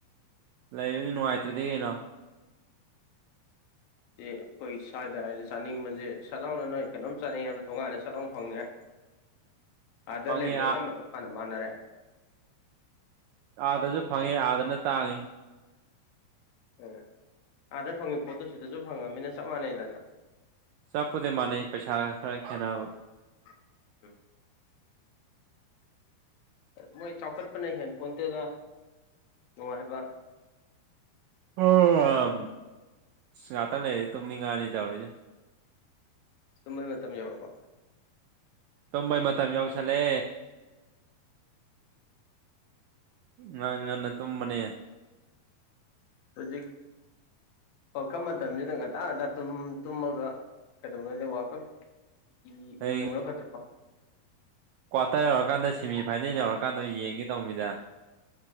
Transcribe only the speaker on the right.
ꯂꯩꯕꯗꯤ ꯅꯨꯡꯉꯥꯏꯇ꯭ꯔꯗꯤ ꯀꯩꯅꯣ
<unintelligible>
ꯑꯥ
ꯑꯥꯗꯁꯨ ꯐꯪꯉꯦ ꯑꯥꯗꯅ ꯇꯥꯡꯉꯦ
ꯆꯞꯄꯨꯗꯤꯩ ꯃꯥꯟꯅꯩ ꯄꯩꯁꯥ ꯈꯔ ꯈꯦꯠꯅꯕ
ꯑꯣ ꯑꯝ ꯑ ꯉꯍꯥꯛꯇꯪ ꯂꯩꯔꯗꯤ ꯇꯨꯝꯅꯤꯡ ꯉꯉꯥꯅꯤ ꯇꯧꯔꯤꯁꯦ
ꯇꯨꯝꯝꯕꯩ ꯃꯇꯝ ꯌꯎꯁꯜꯂꯦ ꯉꯥꯟ ꯉꯟꯅ ꯇꯨꯝꯕꯅꯦ
ꯑꯩ ꯀ꯭ꯋꯥꯇꯔ ꯌꯧꯔꯀꯥꯟꯗ ꯁꯦꯃꯤ ꯐꯥꯏꯅꯦꯜ ꯌꯧꯔꯀꯥꯟꯗ ꯌꯦꯡꯒꯦ ꯇꯧꯕꯅꯤꯗ